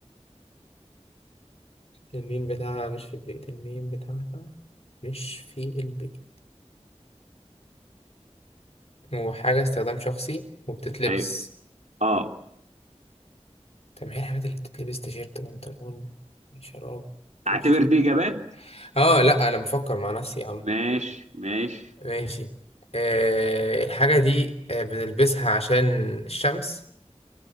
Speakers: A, on the left (about 60°); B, on the right (about 85°).
A: الميم بتاعها مش في البيت الميم بتاعها مش في البيت وحاجة استخدام شخصي وبتتلبس
B: ايوه اه
A: طب ما هي الحاجات اللي بتتلبس تيشيرت بنطلون شراب كوتشي
B: اعتبر دي اجابات
A: اه لا انا بفكر مع نفسي يا عم
B: ماشي ماشي
A: ماشي آه الحاجة دي آه بنلبسها عشان الشمس